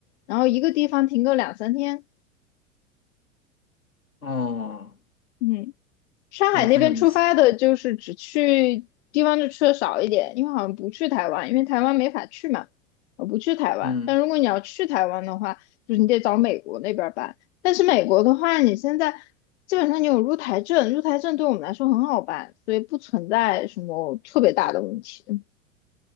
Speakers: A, on the left; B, on the left.
A: 然后一个地方停个两三天。
B: 哦，
A: 嗯。上海那边出发的，
B: 很很有意思。
A: 就是只去地方就去的少一点，因为好像不去台湾，因为台湾没法去嘛，我不去台湾。
B: 嗯，
A: 但如果你要去台湾的话，就是你得找美国那边儿办。但是美国的话，你现在基本上你有入台证，入台证对我们来说很好办，所以不存在什么特别大的问题。